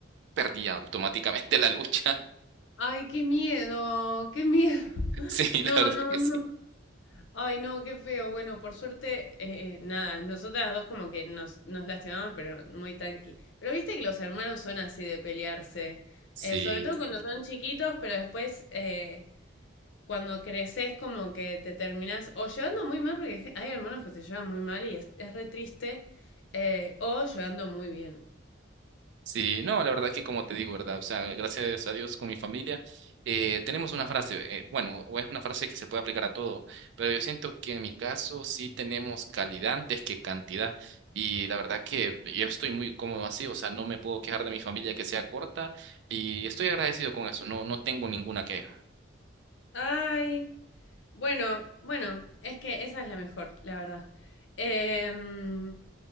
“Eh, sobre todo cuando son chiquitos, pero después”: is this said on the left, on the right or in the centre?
Left